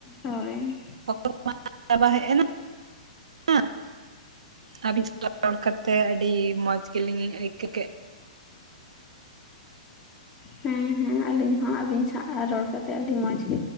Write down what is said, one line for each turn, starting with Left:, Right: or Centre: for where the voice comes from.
Left: ᱦᱳᱭ
Right: <inaudible> ᱪᱟᱵᱟ ᱦᱮᱡ ᱮᱱᱟ ᱟᱜ ᱟᱵᱤᱱ <inaudible> ᱨᱚᱲ ᱠᱟᱛᱮᱫ ᱟᱹᱰᱤ ᱢᱚᱸᱡᱽ ᱜᱮᱞᱤᱧ ᱟᱹᱭᱠᱟᱹ ᱠᱮᱜ
Left: ᱦᱮᱸ ᱦᱮᱸ ᱟᱞᱤᱧ ᱦᱚᱸ ᱟᱹᱵᱤᱱ ᱥᱟᱶ ᱨᱚᱲ ᱠᱟᱛᱮ ᱟᱹᱰᱤ ᱢᱚᱸᱡᱽ ᱜᱮ